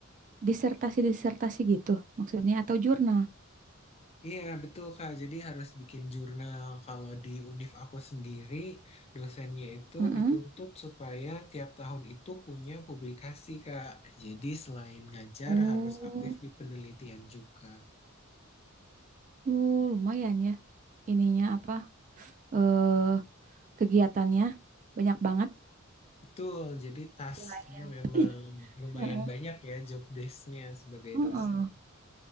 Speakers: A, on the right; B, on the left.
A: Disertasi-disertasi gitu maksudnya atau jurnal?
B: Iya, betul Kak. Jadi harus bikin jurnal. Kalau di univ aku sendiri, dosennya itu
A: Mm-mm.
B: dituntut supaya tiap tahun itu punya publikasi, Kak. Jadi selain ngajar,
A: Oh,
B: harus aktif di penelitian juga.
A: oh, lumayan ya. Ininya apa? Eh, kegiatannya banyak banget.
B: Betul, jadi tasnya
A: Selain.
B: memang lumayan
A: Heeh.
B: banyak ya job desk-nya sebagai
A: Heeh.
B: dosen.